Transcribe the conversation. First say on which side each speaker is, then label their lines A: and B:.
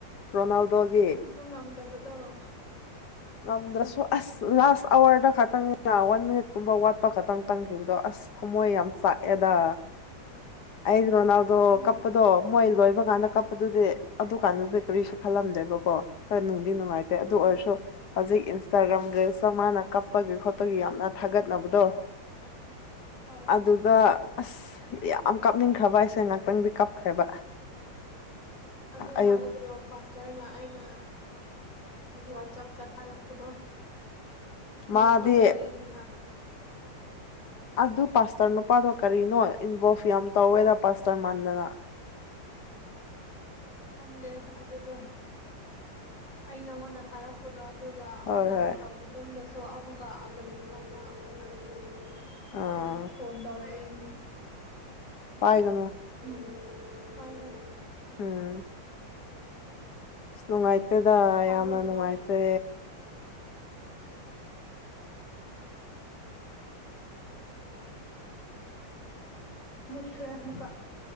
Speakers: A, on the left (about 60°); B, on the left (about 40°).
A: ꯔꯣꯅꯥꯜꯗꯣꯒꯤ
B: ꯁꯨ ꯉꯝꯗꯕꯗꯣ
A: ꯉꯝꯗ꯭ꯔꯁꯨ ꯑꯁ ꯂꯥꯁ ꯑꯋꯥꯔꯗ ꯈꯛꯇꯪꯅꯤꯅ ꯋꯥꯟ ꯃꯤꯅꯤꯠꯀꯨꯝꯕ ꯋꯥꯠꯄ ꯈꯛꯇꯪ ꯇꯪꯈꯤꯕꯗꯣ ꯑꯁ ꯊꯃꯣꯏ ꯌꯥꯝ ꯆꯥꯛꯑꯦꯗ ꯑꯩ ꯔꯣꯅꯥꯜꯗꯣ
B: ꯎꯝ
A: ꯀꯞꯄꯗꯣ ꯃꯣꯏ ꯂꯣꯏꯕ ꯀꯥꯟꯗ ꯀꯞꯄꯗꯨꯗꯤ ꯑꯗꯨ ꯀꯥꯟꯗꯨꯗꯤ ꯀꯔꯤꯁꯨ ꯈꯜꯂꯝꯗꯦꯕꯀꯣ ꯈꯔ ꯅꯨꯡꯗꯤ ꯅꯨꯡꯉꯥꯏꯇꯦ ꯑꯗꯨ ꯑꯣꯏꯔꯁꯨ
B: ꯎꯝ
A: ꯍꯧꯖꯤꯛ ꯏꯟꯁꯇꯥꯒ꯭ꯔꯥꯝ ꯔꯤꯜꯁꯇ ꯃꯥꯅ ꯀꯞꯄꯒꯤ ꯈꯣꯠꯄꯒꯤ ꯌꯥꯝꯅ ꯊꯥꯒꯠꯅꯕꯗꯣ
B: ꯑꯧ
A: ꯑꯗꯨꯒ ꯑꯁ ꯌꯥꯝ ꯀꯥꯞꯅꯤꯡꯈ꯭ꯔꯕ ꯑꯩꯁꯦ ꯉꯥꯛꯇꯪꯗꯤ ꯀꯞꯈ꯭ꯔꯦꯕ
B: ꯑꯗꯨ
A: ꯑꯌꯨꯛ
B: ꯍꯥꯏꯗ꯭ꯔꯣ ꯄꯥꯁ ꯁꯥꯔꯅ ꯑꯩꯅ ꯋꯥꯆꯞ ꯆꯠꯊꯔꯛꯄꯗꯣ
A: ꯃꯥꯗꯤ
B: ꯉꯝꯃꯔꯣ ꯍꯥꯏꯅ
A: ꯑꯗꯨ ꯄꯥꯁꯇꯔ ꯅꯨꯄꯥꯗꯣ ꯀꯔꯤꯅꯣ ꯏꯟꯚꯣꯐ ꯌꯥꯝ ꯇꯧꯋꯦꯗ ꯄꯥꯁꯇꯔ ꯃꯥꯟꯗꯅ
B: ꯈꯪꯗꯦ ꯑꯗꯨꯗꯣ ꯑꯩ ꯅꯪꯉꯣꯟꯗ ꯊꯥꯔꯛ ꯗꯣ ꯑꯗꯨꯒ
A: ꯍꯣꯏ
B: ꯉꯝꯈ꯭ꯔꯕ
A: ꯍꯣꯏ
B: ꯃꯇꯨꯡꯗꯁꯨ ꯑꯃꯨꯛꯀ ꯀꯔꯤꯅꯣ ꯑꯃ ꯑꯃꯨꯛ ꯊꯥꯒꯠꯄꯅꯤ
A: ꯑꯥ
B: ꯐꯣꯟ ꯐꯣꯟ ꯇꯧꯔꯛꯑꯦ ꯃꯤ
A: ꯄꯥꯏꯒꯅꯨ
B: ꯎꯝ ꯄꯥꯏꯔꯣꯏ
A: ꯎꯝ ꯑꯁ ꯅꯨꯡꯉꯥꯏꯇꯦꯗ
B: ꯄꯥꯏꯔꯣꯀꯣ
A: ꯌꯥꯝꯅ ꯅꯨꯡꯉꯥꯏꯇꯦ
B: ꯃꯨꯠꯈꯔꯦ ꯑꯃꯨꯛꯀꯥ